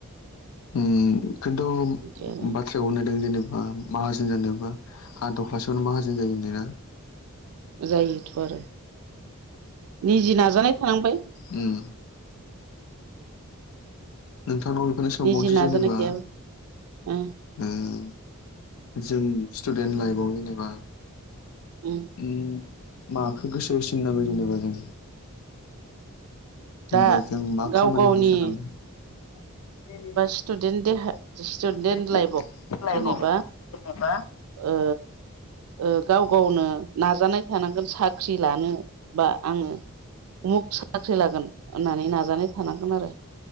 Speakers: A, on the left; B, on the right.
A: उम खिन्थु
B: बिदि आरो
A: बा थ्रायावनो दों जेनेबा माहाजोन जानोबा हा दख्लासेयावनो माहाजोन जायो होनदोंना।
B: जायोथ' आरो निजि नाजानाय थानांबाय।
A: ओम। नोंथांनाव बेखौनो सोंबावनोसै
B: निजि नाजानाय
A: जेनेबा
B: गैयाबा ओं
A: उम जों स्टुडेन्ट लाइफआव जेनेबा
B: ओं
A: ओम माखो गोसो होसिननांगौ जेनेबा जों
B: दा
A: होनबा जों मा
B: गाव
A: खामानिखौ
B: गावनि
A: सोनाङो जेनेबा <unintelligible>
B: स्टुडेन्ट
A: स्टुदेन्ट
B: देहा स्टुडेन्ट लाइफआव
A: लाइभआव
B: जेनेबा
A: लाइभआव जेनेबा
B: ओ ओ गाव-गावनो नाजानाय थानांगोन साख्रि लानो बा आङो उमुख साख्रि लागोन होननानै नाजानाय थानांगोन आरो।